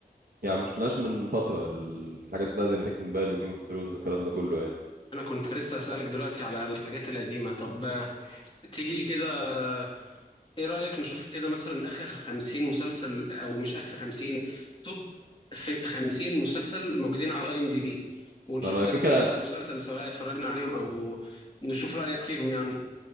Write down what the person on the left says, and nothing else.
انا كنت لسه اسالك دلوقتي على الحاجات القديمه طب آه، تيجي كده آه، ايه رايك نشوف كده مثلا اخر خمسين مسلسل او مش اخر خمسين توب في خمسين مسلسل موجودين على اي ام دي بي ونشوف
كده
مسلسل مسلسل سواء اتفرجنا عليهم او نشوف رايك فيهم يعني